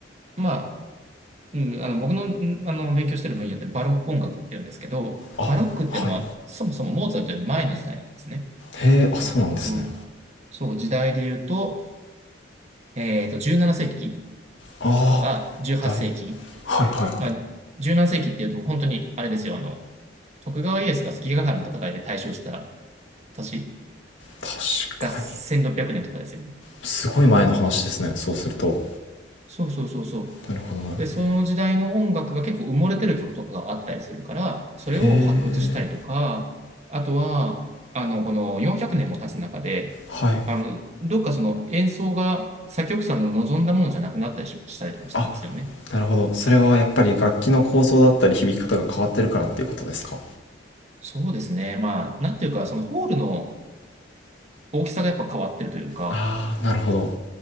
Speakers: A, on the right; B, on the left.
A: まあ、うん、あの僕の、んあの勉強してる分野ってバロック音楽って言うんですけど、
B: あ、
A: バロックっていうのはそもそもモーツァルトより前の時代なんですね。
B: はい。へえ、あ、そうなんですね。
A: えっと、そう、時代で言うと、えっと、17世紀
B: ああ、
A: とか18世紀。
B: だい、はいはいはい。
A: まあ、17世紀っていうと本当にあれですよ、あの、徳川家康が関ヶ原の戦いで大勝した年
B: 確かに。
A: が1600年とかですよね。
B: すごい前の話ですね。そうすると。
A: そうそうそうそう。
B: なるほどなるほど。
A: で、その時代の音楽が結構埋もれてる曲とかがあったりするから、それを発掘したりとか、
B: へえ
A: あとは、あの、この400年も経つ中で、
B: はい
A: あの、どっかその演奏が作曲者の望んだものじゃなくなったりししたりとかしたんですよね。
B: あなるほどそれはやっぱり楽器の構造だったり響き方が変わってるからっていうことですか
A: そうですね。まあ、なんていうか、そのホールの大きさがやっぱ変わってるというか、
B: ああなるほど